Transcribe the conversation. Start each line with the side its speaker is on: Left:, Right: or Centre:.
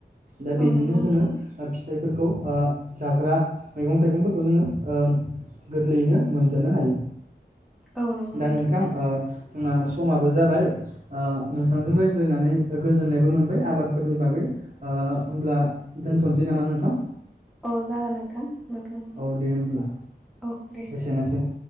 Right: दा
Centre: औ
Right: बिदिनो
Centre: नंगौ नोंथां
Right: जोङो ओ फिथाइफोरखौ ओ जाग्रा मैगं-थाइगंफोरखौ जोङो ओ गोरलैयैनो मोनजानो हायो।
Centre: औ नंगौ
Right: दा नोंथां ओ जोंना समाबो जाबाय ओ नोंथांजों रायज्लायनानै गोजोननायबो मोनबाय आबादफोरनि बागै। ओ होमब्ला दोनथ'नोसै नामा नोंथां?
Centre: औ जागोन नोंथां। नोंथां
Right: औ दे होमब्ला
Centre: औ दे
Right: एसेनोसै।